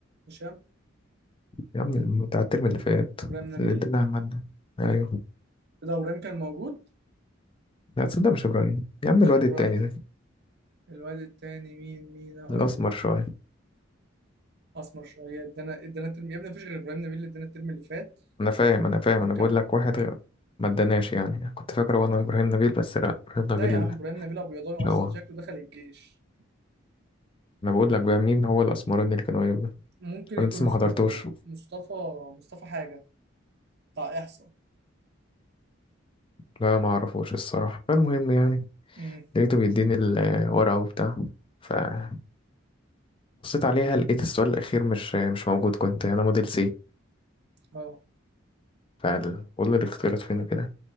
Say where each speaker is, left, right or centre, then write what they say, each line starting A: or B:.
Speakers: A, on the right (about 55°); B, on the left (about 25°).
A: هشام
B: يا عم الم- بتاع الترم اللي فات
A: ابراهيم نبيل
B: اللي ادانا الماده ايوه
A: كده ابراهيم كان موجود
B: لا تصدق مش ابراهيم يا عم
A: مش
B: الواد
A: ابراهيم
B: التاني ده
A: الواد التاني مين مين هقول
B: الاسمر
A: لك
B: شويه
A: اسمر شويه ادانا ادانا الترم يا ابني مفيش غير ابراهيم نبيل اللي ادانا الترم اللي فات
B: انا فاهم انا فاهم
A: وكان
B: انا بقول لك واحد ما اداناش يعني كنت فاكره وانا ابراهيم نبيل بس لا ابراهيم
A: لا
B: نبيل
A: يا عم ابراهيم نبيل ابيضاني اصلا
B: مش هو
A: شكله دخل الجيش
B: انا بقول لك بقى مين هو الاسمراني اللي كانوا يبقى
A: ممكن يكون
B: انا لسه
A: اسمه
B: ما حضرتوش
A: مصطفى مصطفى حاجه بتاع احصاء
B: لا ما اعرفوش الصراحه فالمهم يعني
A: امم
B: لقيته بيديني الورقه وبتاع فبصيت عليها لقيت السؤال الاخير مش مش موجود كنت انا موديل سي
A: اه
B: فبقول له الاختيارات فين كده